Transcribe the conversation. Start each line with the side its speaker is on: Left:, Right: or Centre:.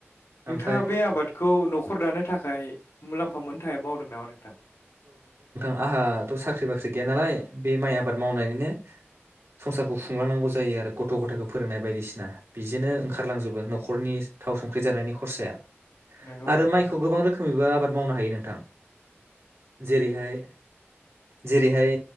Left: नोंथाङा
Right: ओमफ्राय
Left: बे आबादखौ नखर दानो थाखाय मुलाम्फा मोननो थाखाय मावदों नामा नोंथां
Right: आंहा थ साख्रि बाख्रि गैया नालाय बे माइ
Left: अ
Right: आबाद मावनानैनो <inaudible> संसारखौ खुंलांनांगौ जायो आरो गथ गथायखौ फोरोंनाय बायदिसिना बिजोंनो ओंखारलांजोबो नखरनि थाव संख्रि जानायनि खरसाया
Left: नंगौ
Right: आरो
Left: नंगौ
Right: माइखौ
Left: नोंथां
Right: गोबां रोखोमैबो आबाद मावनो हायो नोंथां जेरैहाय जेरैहाय